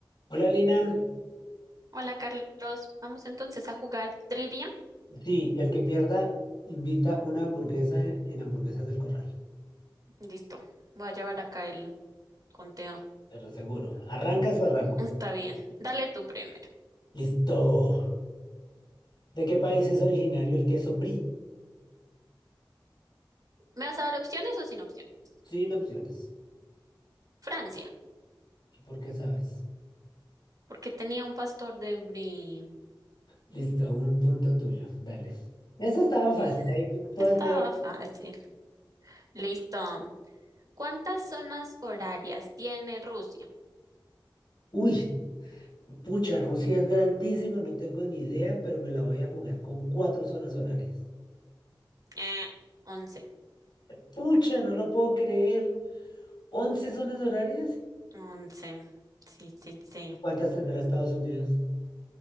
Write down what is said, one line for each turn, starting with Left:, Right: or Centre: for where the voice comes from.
Left: Hola Lina,
Right: Hola Carlos, vamos entonces a jugar trivia.
Left: sí, el que pierda invita una hamburguesa en Hamburguesas del Corral,
Right: Listo, voy a llevar acá el conteo.
Left: pero seguro. Arrancas o arranco.
Right: Está bien, dale tú primero.
Left: Listo. ¿De qué país es originario el queso brie?
Right: ¿Me vas a dar opciones o sin opciones?
Left: Sin opciones.
Right: Francia,
Left: ¿Y por qué sabes?
Right: porque tenía un pastor de Brie.
Left: Listo, un punto tuyo. Dale. Eso estaba fácil,
Right: Eh,
Left: ahí puedo
Right: estaba
Left: hacer.
Right: fácil. Listo. ¿Cuántas zonas horarias tiene Rusia?
Left: Uy, pucha, Rusia es grandísimo, no tengo ni idea, pero me la voy a jugar con cuatro zonas horarias.
Right: Eh, once.
Left: Pucha, no lo puedo creer. Once zonas horarias?
Right: Once. Sí, sí, sí.
Left: ¿Cuántas tendrá Estados Unidos?